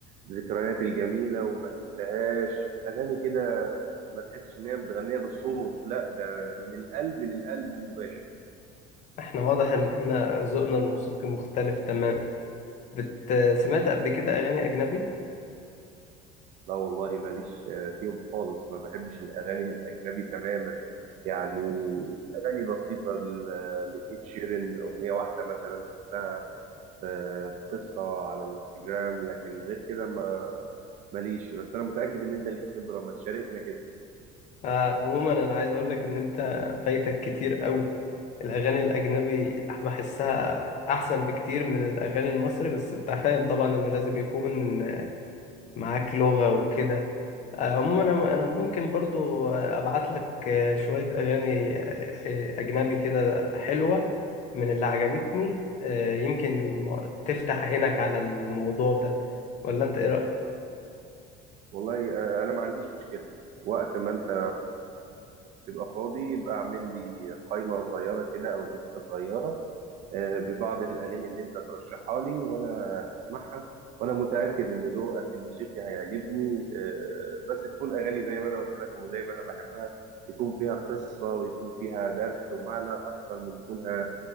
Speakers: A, on the right; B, on the left.
A: الذكريات الجميله وما تنساهاش اغاني كده ما تحسش ان هي متغنيه بالصوت لا ده من القلب للقلب مباشر
B: احنا واضح ان احنا ذوقنا الموسيقي مختلف تمام بت... سمعت قبل كده اغاني اجنبي
A: لا والله ماليش آه، فيهم خالص ما بحبش الأغاني الأجنبي تماما يعني أغاني بسيطة لإد شيرين أغنية واحدة مثلا شفتها في في قصة على الانستجرام لكن غير كده ما ماليش بس أنا متأكد إن أنت ليك خبرة ما تشاركنا كده
B: آه عموما انا عايز اقول لك ان انت فايتك كتير قوي الاغاني الاجنبي بحسها احسن بكتير من الاغاني المصري بس انت فاهم طبعا ان لازم يكون آه، معاك لغة وكده آه عموما انا أنا ممكن برضو آه، ابعت لك آه، شوية اغاني آه، آه، اجنبي كده حلوة من اللي عجبتني آه يمكن م- تفتح عينك على الموضوع ده ولا انت ايه رأيك
A: والله آه، أنا ما عنديش مشكلة وقت ما أنت تبقى فاضي يبقى اعمل لي قائمة صغيرة كده أو لستة صغيرة آه، ببعض الأغاني اللي أنت ترشحها لي وأنا هسمعها وأنا متأكد إن ذوقك الموسيقي هيعجبني آه، بس تكون أغاني زي ما أنا قلت لك وزي ما أنا بحبها يكون فيها قصة ويكون فيها درس ومعنى أكتر من كونها